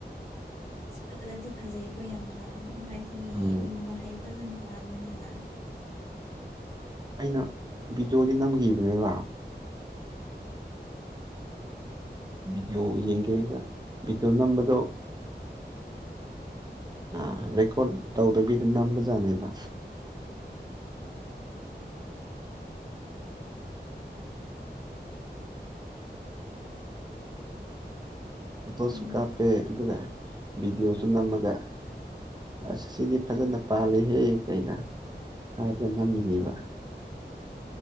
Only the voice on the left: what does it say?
ꯑ ꯐꯖꯗꯤ ꯐꯖꯩꯀꯣ ꯌꯥꯝꯅ ꯍꯥꯏꯗꯤ
ꯃꯍꯩ ꯐꯖꯅ ꯄꯥꯟꯕꯅꯤꯅ
ꯑꯣ
ꯎꯝ